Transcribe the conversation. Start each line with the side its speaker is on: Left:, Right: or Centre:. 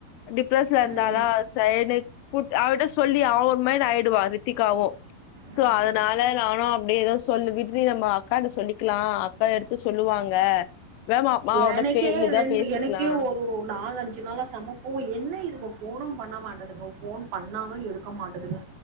Left: டிப்ரெஸ்ல இருந்தாலாஸ்
Right: ம்
Left: ஃப்ரைடே கூட் அவட்ட சொல்லி அவ மைண்ட் ஆயிடுவா ரித்திகாவு
Right: ம்
Left: சோ அதனால நானு அப்படியேதா சொல்லு விருதி நம்ம அக்காட்ட சொல்லிக்கலா அக்கா எடுத்து சொல்லுவாங்க வேமாமா அவட
Right: எனக்கே
Left: பே இதா
Right: ரெண்டு
Left: பேசிக்கலாம்
Right: எனக்கே ஒரு நாலு அஞ்சு நாளா சமப்போ என்ன இதுங்க போனு பண்ண மாட்டதுங்க போன் பண்ணாவு எடுக்க மாட்டதுங்க